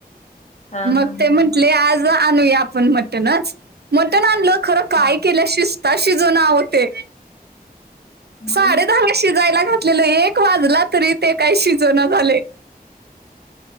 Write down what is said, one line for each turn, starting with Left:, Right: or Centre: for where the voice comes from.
Left: हां,
Right: मग
Left: हां,
Right: ते
Left: हां,
Right: म्हंटले
Left: हां.
Right: आज आणूया आपण मटणच मटण आणलो. खर काय
Left: हां.
Right: केल शिजता शिजना ते
Left: मग
Right: सा शिजायला घातलेलं एक वाजला तरी ते काही शिजण झालय.